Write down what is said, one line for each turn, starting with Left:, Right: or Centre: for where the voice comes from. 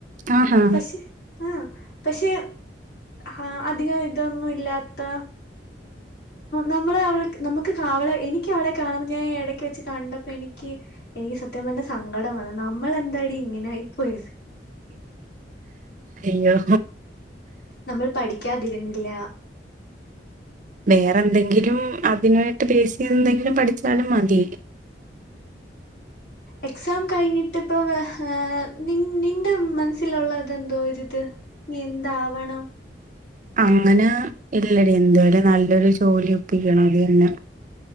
Right: ആഹാ
Left: പക്ഷെ ആഹ് പക്ഷെ ആ അധികം ഇതൊന്നും ഇല്ല ത്ത നമ്മളെ അവൾ നമുക്ക് അവളെ എനിക്ക് അവളെ കാണുമ്പോൾ ഞാൻ എടക്ക് വെച്ച് കണ്ടപ്പ എനിക്ക് എനിക്ക് സത്യം പറഞ്ഞ സങ്കടം വന്ന് നമ്മൾ എന്താടി ഇങ്ങനെ ആയി പോയത്
Right: അയ്യോ
Left: നമ്മൾ പഠിക്കാതിരുന്നില്ല
Right: വേറെ എന്തെങ്കിലും അതിനായിട്ട് ബേസിക് എന്തെങ്കിലും പഠിച്ചാലും മതി
Left: എക്സാം കഴിഞ്ഞിട്ട് ഇപ്പൊ നി നിന്റെ മനസ്സിലുള്ളതെന്തോ ഒരിത് നി എന്താവണം
Right: അങ്ങന ഇല്ലടി എന്തുവായാലും നല്ലൊരു ജോലി ഒപ്പിക്കണം അത് തന്ന